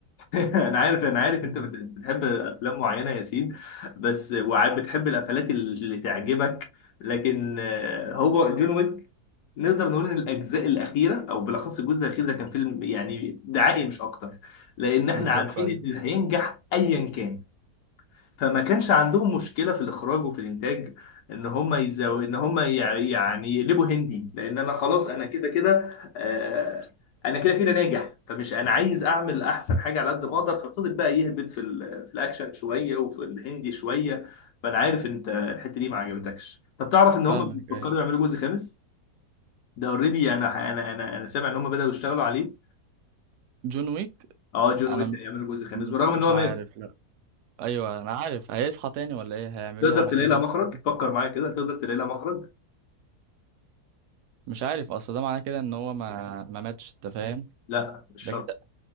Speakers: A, on the left; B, on the right.
A: <laughs> انا عارف انا عارف
B: <laughs> أيوة.
A: انت بت- بتحب افلام معينه يا سيد بس وبتحب القفلات اللي تعجبك لكن آه، هو جون ويك نقدر نقول ان الاجزاء
B: مم.
A: الاخيره او بالاخص الجزء الاخير ده كان فيلم يعني دعائي مش اكتر لان احنا
B: بالظبط
A: عارفين
B: أيوة
A: ان اللي هينجح ايا كان فما كانش عندهم مشكله في الاخراج وفي الانتاج ان هم يزو... ان هم يع- يعني يقلبوا هندي لان انا خلاص انا كده كده آه، انا كده كده ناجح فمش انا عايز اعمل احسن حاجه على قد ما اقدر ففضل بقى يهبط في, ال... في الاكشن شويه وفي الهندي شويه فانا عارف انت الحته دي ما عجبتكش طب تعرف ان
B: فاهمك
A: هم بيفكروا
B: أيوة
A: يعملوا جزء خامس ده اوريدي انا انا انا انا سامع ان هم بداوا يشتغلوا عليه
B: جون ويك
A: اه جون
B: انا
A: ويك
B: م-
A: هيعملوا جزء خامس
B: م-
A: بالرغم ان
B: مش
A: هو
B: عارف
A: مات
B: لا ايوه انا عارف هيصحى تاني ولا ايه هيعمل
A: تقدر
B: له عمليات
A: تلاقي لها
B: ويصحى
A: مخرج فكر معايا كده تقدر تلاقي لها مخرج
B: مش عارف اصل ده معناه كده ان هو ما ما ماتش انت فاهم
A: لا مش
B: ده
A: شرط
B: كده